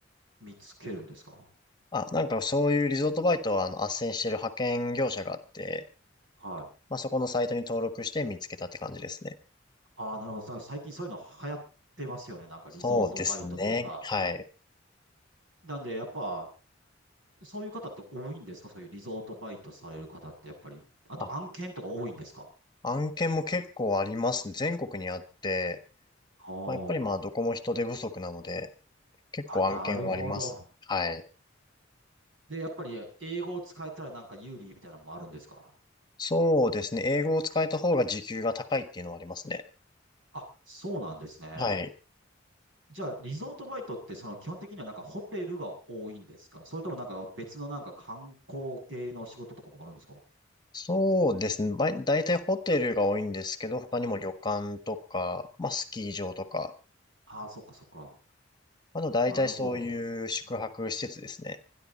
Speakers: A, on the right; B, on the left.
A: 見つけるんですか
B: あ、なんかそういうリゾートバイトは、あの、斡旋してる派遣業者があって、
A: はい。
B: まあそこのサイトに登録して見つけたって感じですね。
A: ああ、なるほど。さ最近そういうの流行ってますよね。なんかリゾートバイトというか。
B: そうですね。はい。
A: なんで、やっぱ、そういう方って多いんですかそういうリゾートバイトされる方ってやっぱり。あと案件とか多いんですか
B: あ、案件も結構ありますね全国にあって、
A: あ
B: まあ、やっぱりまあどこも人手不足なので、結構案件はありますねはい。
A: あ。あ、なるほど。で、やっぱり英語を使えたらなんか有利みたいなのもあるんですか
B: そうですね。英語を使えた方が時給が高いっていうのはありますね。
A: あ、そうなんですね。
B: はい。
A: じゃあ、リゾートバイトって、その基本的にはなんかホテルが多いんですかそれともなんか別のなんか観光系の仕事とかもあるんですか
B: そうですね。ばい、大体ホテルが多いんですけど、他にも旅館とか、
A: うん
B: まあスキー場とか、
A: ああ、そっかそっか。
B: あと大体そういう宿泊施設ですね。
A: なるほど。うん。